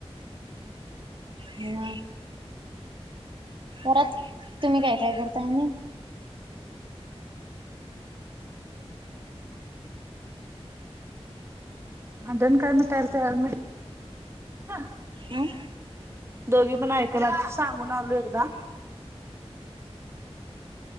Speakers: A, on the right (about 50°); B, on the right (about 25°).
A: हम् बऱ्यात. तुम्ही काय काय करताय ना
B: भांडण काय मिटायल तयार न्हाय. ह
A: अम?
B: दोघी पण ऐकनायेत सांगून आलो एकदा